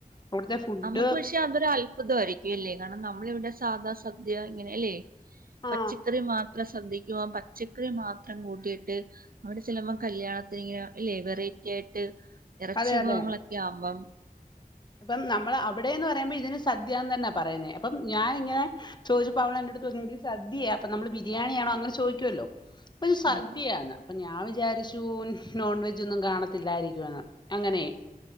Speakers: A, on the left (about 30°); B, on the right (about 75°).
A: അവിടുത്തെ ഫുഡ്
B: നമുക്ക് പക്ഷെ അതൊരു അത്ഭുതവായിരിക്കും അല്ലേ കാരണം നമ്മളിവിടെ സാധാ സദ്യ ഇങ്ങനെ അല്ലേ
A: ആ
B: പച്ചക്കറി മാത്രം സദ്യക്കുവാ പച്ചക്കറി മാത്രം കൂട്ടിയിട്ട് അവിടെ ചെല്ലുമ്പം കല്യാണത്തിന് ഇങ്ങനെ ഇല്ലേ വെറയിറ്റി ആയിട്ട് ഇറച്ചി
A: അതെ
B: വിഭവങ്ങളൊക്കെ
A: അതെ
B: ആകുമ്പം
A: അപ്പം നമ്മൾ അവിടെയെന്ന് പറയുമ്പോ ഇതിന് സദ്യാന്ന് തന്നെയാ പറയുന്നേ അപ്പം ഞാനിങ്ങനെ ചോദിച്ചപ്പോ അവളെന്റെടുത്ത് പറഞ്ഞു എടി സദ്യയാ അപ്പ നമ്മള് ബിരിയാണിയാണോ അങ്ങനെ ചോദിക്കുവല്ലോ ഒരു സദ്യയാന്ന്
B: ആഹ്
A: അപ്പൊ ഞാൻ വിചാരിച്ചു നോൺ വെജൊന്നും കാണത്തില്ലായിരിക്കുവെന്ന് അങ്ങനെയെ